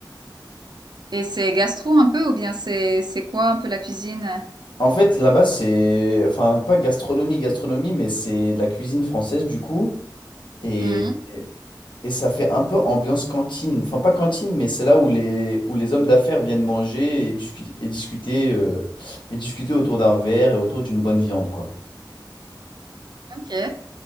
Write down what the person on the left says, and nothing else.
En fait, là-bas, c'est... Enfin, pas gastronomie, gastronomie, mais c'est de la cuisine française, du coup. Et,
et ça fait un peu ambiance cantine. Enfin, pas cantine, mais c'est là où les, où les hommes d'affaires viennent manger et discuter, et discuter, euh, et discuter autour d'un verre et autour d'une bonne viande, quoi.